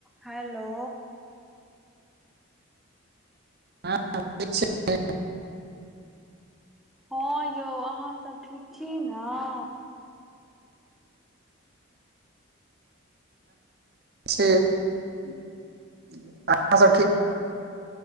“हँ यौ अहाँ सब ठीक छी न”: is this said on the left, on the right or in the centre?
Centre